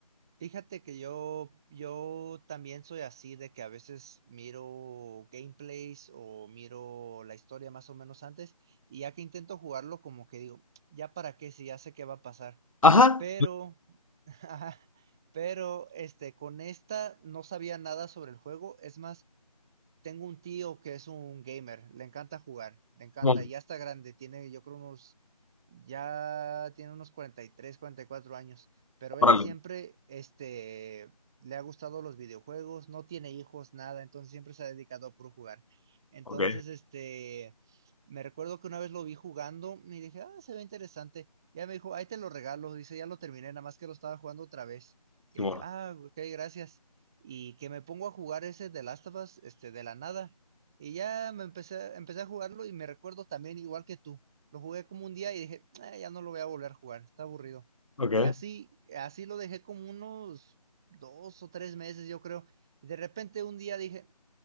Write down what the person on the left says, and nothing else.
Ajá.
Simón,
órale.
Ok,
Simón.
Ok.